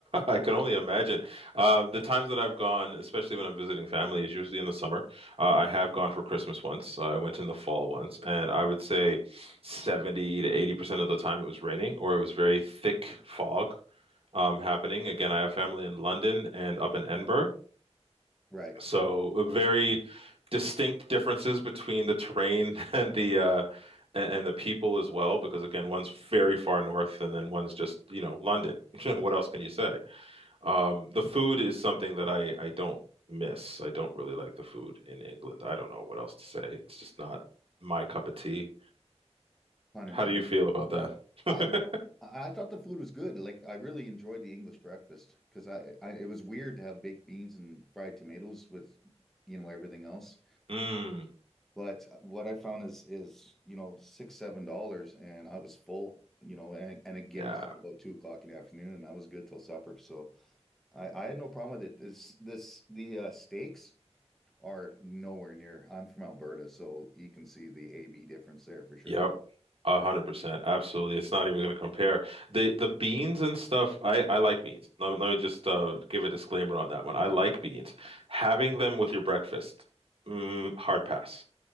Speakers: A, on the right; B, in the centre.
A: I can only imagine. Uh, the times that I've gone, especially when I'm visiting family, is usually in the summer. Uh, I have gone for Christmas once. I went in the fall once, and I would say 70 to 80% of the time it was raining or it was very thick fog um, happening. Again, I have family in London and up in Edinburgh,
B: Right.
A: so very distinct differences between the terrain <laughs> and the uh, and, and the people as well, because again, one's very far north, and then one's just, you know, London. <laughs> What else can you say? Um, the food is something that I I don't miss. I don't really like the food in England. I don't know what else to say. It's just not my cup of tea.
B: Pun intended.
A: How do you feel about that?
B: I
A: <laughs>
B: I thought the food was good. Like I really enjoyed the English breakfast because I, I it was weird to have baked beans and fried tomatoes with, you know, everything else.
A: Mm,
B: But what I found is is you know six seven dollars, and I was full. You know, and, and a Guinness
A: yeah.
B: at about two o'clock in the afternoon, and I was good till supper. So I, I had no problem with it. This this the uh, steaks are nowhere near. I'm from Alberta, so you can see the AB difference there for sure.
A: Yep. A hundred percent. Absolutely. It's not even going to compare. The the beans and stuff, I I like beans. Let, let me just uh give a disclaimer on that one. I like beans. Having them with your breakfast, mm, hard pass.